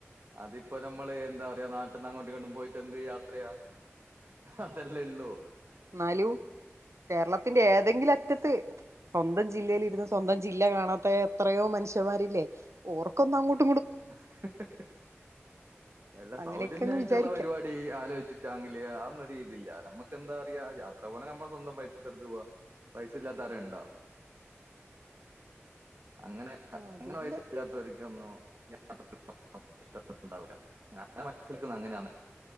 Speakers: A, on the right (about 55°); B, on the right (about 85°).
A: അതിപ്പോ നമ്മള് എന്താ പറയാ നാട്ട ട്ട്ന്ന് അങ്ങോട്ടിങ്ങോട്ടും പോയിട്ട് എന്ത് യാത്രയാ അതല്ലേ ള്ളൂ
B: ന്നാലും കേരളത്തിന്റെ ഏതെങ്കിലും അറ്റത്ത് സ്വന്തം ജില്ലയിലിര്ന്ന് സ്വന്തം ജില്ല കാണാത്ത എത്രയോ മനുഷ്യന്മാരില്ലേ ഓർക്കൊന്നങ്ങോട്ട്
A: <unintelligible> വല്ല
B: അങ്ങനെയൊക്കെ
A: സൗജന്യായിട്ട്ള്ള
B: അങ്ങ് വിചാരിക്കാം
A: പരിവാടി ആലോയ്ച്ചിട്ടാങ്കില് ആന്നൊരു ഈ തില്ല നമ്മക്ക് എന്താറയാ യാത്ര പോണ നമ്മളെ സ്വന്തം പൈസത്ത്ട്ത്ത് ഊവ പൈസ ഇല്ലാത്ത ആരേ ണ്ടാ അങ്ങനെ
B: ആ, അതില്ല
A: അങ്ങനെ പൈസല്ലാത്തോർക്കന്നു യാത്ര <inaudible> ഇഷ്ടപെട്ടിട്ടുണ്ടാവൂല ആ അന്ന മറ്റുള്ളോർക്കും അങ്ങനെയാന്ന്